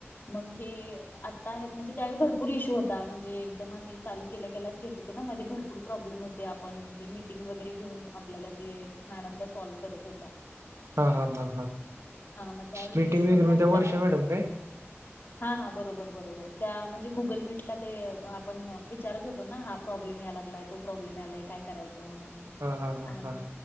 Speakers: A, on the left; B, on the right.
A: मग हे आता म्हणजे त्यावेळी भरपूर इशू होता, म्हणजे जेव्हा मी चालू केल्या केल्यास घेत होतो ना मध्ये भरपू प्रॉब्लेम होते, आपण ते मीटिंग वगैरे घेऊन आपल्याला ते मॅडम त्या सॉल्व करत होत्या.
B: हा हा हा हा
A: हा मग त्यावेळी
B: मीटिंग
A: इश्यू
B: वगैरे म्हण
A: असल्यामुळे
B: त्या वर्षा मॅडम काय?
A: हा हा बरोबर बरोबर त्या म्हणजे गुगल मीटला ते आपण विचारत होतो ना हा प्रॉब्लेम यालागलाय, तो प्रॉब्लेम यालाय काय करायचं म्हणून
B: हा हा हा
A: आणि
B: हा